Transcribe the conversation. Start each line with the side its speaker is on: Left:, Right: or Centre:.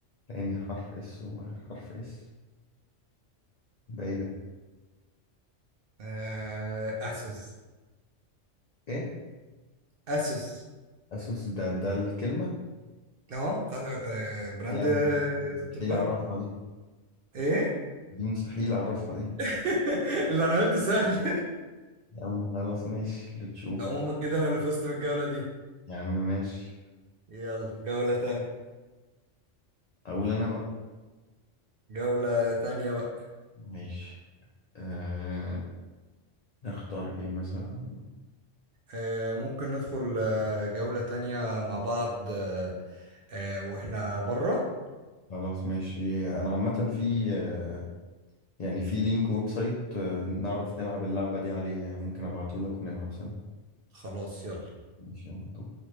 Left: انهي حرف اس واخر حرف اس ده ايه ده
Right: آه اسوس
Left: ايه
Right: اسوس
Left: اسوس ده ده الكلمة
Right: اه بتاع آه براند
Left: يا عم مستحيل
Right: اللابتوبات
Left: اعرفها دي
Right: ايه
Left: دي مستحيل اعرفها دي
Right: <laughs> اللي انا قلت سهل
Left: يا عم خلاص ماشي اللي
Right: <laughs>
Left: تشوفه
Right: عموما كده انا اللي فزت بالجولة دي
Left: يا عم ماشي
Right: يلا جولة تانية
Left: اقول انا بقى
Right: جولة تانية بقى
Left: ماشي أه... نختار ايه مثلا
Right: آه ممكن ندخل آه جولة تانية مع بعض آه آه واحنا بره
Left: خلاص ماشي انا عامة في آه، يعني في لينك ويب سايت آه، نعرف نلعب اللعبة دي عليه ممكن ابعتهولك ونلعب سوا
Right: خلاص يلا
Left: ماشي يلا